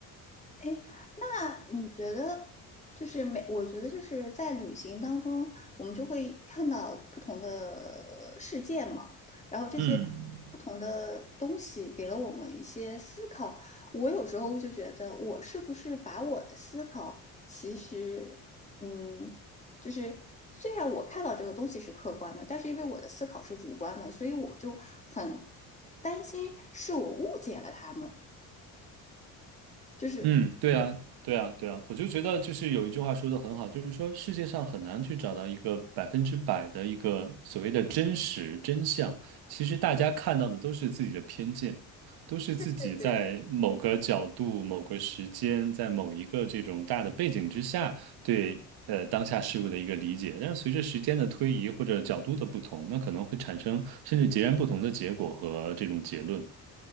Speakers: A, on the left (about 20°); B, on the right (about 70°).
A: 哎，那你觉得就是每，我觉得就是在旅行当中，我们就会看到不同的呃世界嘛，然后这些
B: 嗯。
A: 不同的东西给了我们一些思考。我有时候就觉得，我是不是把我的思考，其实，嗯，就是虽然我看到这个东西是客观的，但是因为我的思考是主观的，所以我就很担心是我误解了他们，就是。
B: 嗯，对啊，对啊，对啊，我就觉得就是有一句话说的很好，就是说世界上很难去找到一个百分之百的一个所谓的真实真相。其实大家看到的都是自己的偏见，都是自己在某个角度、
A: 对对对。
B: 某个时间、在某一个这种大的背景之下对呃当下事物的一个理解。但是随着时间的推移或者角度的不同，那可能会产生甚至截然不同的结果和这种结论。